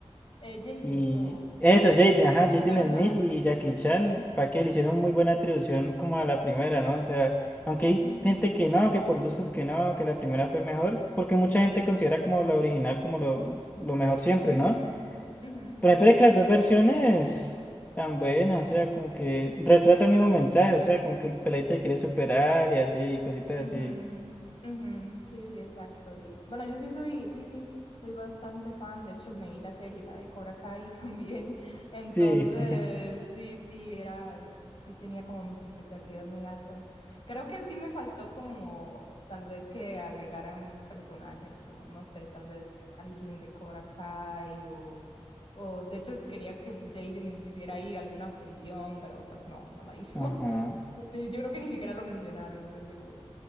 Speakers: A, on the left (about 55°); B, on the left (about 15°).
A: Eh, Jaden,
B: Y
A: creo.
B: eso, Jaden, ajá, Jaden
A: Ajá.
B: Smith y Jackie Chan, para que le hicieron muy buena atribución como a la primera, ¿no? O sea, aunque hay
A: Ujú,
B: gente que no, que por gustos que no, que la primera fue mejor, porque mucha gente considera como la original como lo, lo mejor siempre,
A: ujú,
B: ¿no?
A: ujú.
B: Pero hay que las dos versiones tan buenas, o sea, como que retrata el mismo mensaje, o sea, como que el peladito quiere superar y así, y cositas
A: Ujú,
B: así.
A: ujú, Sí, sí, exacto. Y bueno, yo sí soy, sí, sí, soy bastante fan. De hecho, me vi la serie, la de Cobra Kai <laughs> también. Entonces,
B: Sí. <laughs>
A: sí, sí, era, sí tenía como mis expectativas muy altas. Creo que sí me faltó como tal vez que agregaran personajes, como no sé, tal vez alguien de Cobra Kai o, o de hecho quería que Jaden hiciera ahí alguna prisión, pero pues no, no la hizo.
B: Ajá.
A: <laughs> Ni- Yo creo que ni siquiera lo mencionaron, entonces fue como,